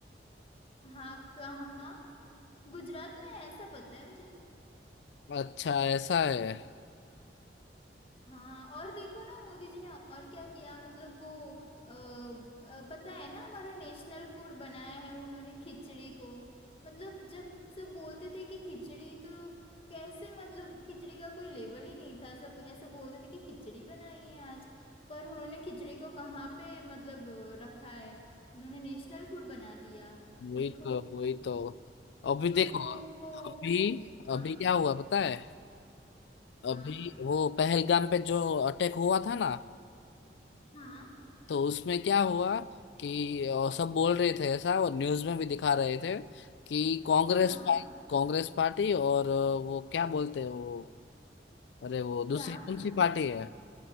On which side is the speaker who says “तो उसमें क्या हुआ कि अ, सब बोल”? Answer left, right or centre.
Left